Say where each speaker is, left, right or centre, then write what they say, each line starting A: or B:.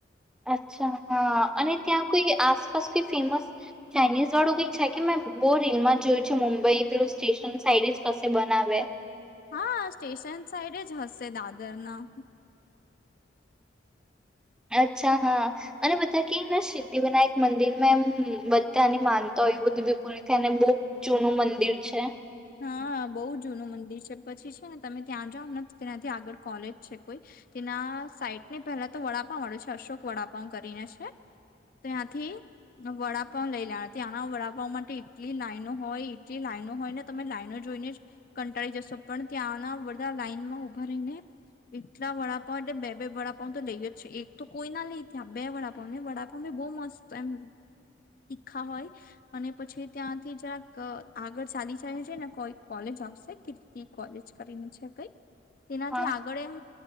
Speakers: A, in the centre; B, on the left.
A: અચ્છા, હાં અને ત્યાં કોઈ આસપાસ કે ફેમસ ચાઇનીઝ વાળું કંઈ છે કે? મેં બો રીલ માં જોયું છે મુંબઈ, પેલું સ્ટેશન સાઈડે જ કસે બના આવે
B: હા, સ્ટેશન સાઈડે જ હશે દાદર ના
A: અચ્છા, હા અને બધા કેયને સિદ્ધિ વિનાયક મંદિરમાં એમ બધ્ધાની માનતા ઓય એવુંબ્ધી બી પુરી થાયને બો જૂનું મંદિર છે
B: હાં, બહુ જૂનું મંદિર છે, પછી છે ને તમે ત્યાં જાઓને તો, તેનાથી આગળ કોલેજ છે કોઈ તેના સાઈટ ને પહેલા તો વડાપાંવ વાળું છે, અશોક વડાપાંવ કરીને છેશ ત્યાંથી વડાપાવ લઈ લેઆના, ત્યાંના વડાપાવ માટે એટલી લાઈનો હોય, એટલી લાઈ આઈનો હોય ને તમે લાઈનો જોઈને જ કંટાળી જશો, પણ ત્યાંના બધા લાઈન માં ઉભા રહીને, એટલા તા વડાપઉ એટલે બે બે વડાપાવ તો દઈ જ છે. એક તો કોઈ ના લઈ ત્યાં, બે વડાપાાવ, ને વડાપાવ બઉ મસ્ત તો એમ, તીખા હોય અને પછી ત્યાંથી જરાક આગળ ચાલી તને છે ને કોઈ કોલેજ આવશે, કીર્તિ કોલેજ કરીને છે કઈ. તેનાથી
A: હા
B: આગળ એમ